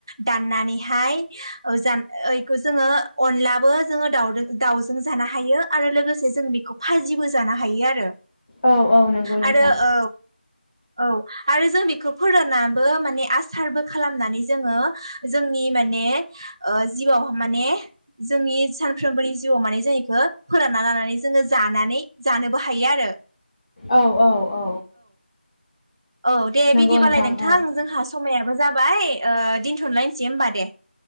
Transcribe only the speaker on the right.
दाननानैहाय औ जानो यै बेखौ जोङो अनलाबो जोङो दाउ दाउजों जानो हायो आरो लोगोसे जों बेखौ फाजिबो जानो हायो आरो।
आरो औ औ आरो जों बेख फो फोरानाबो माने आस सारबो खालामनानै जोङो जोंनि माने ओ जिउआव माने जोंनि सानफ्रोमबोनि जिउआव माने जों इखो फोरानना लानानै जोङो जानानै जानोबो हायो आरो।
औ दे
बिदिबालाय नोंथां
जोंहा समाया बो जाबाय ओ दोनथलायनोसै होमबा दे ।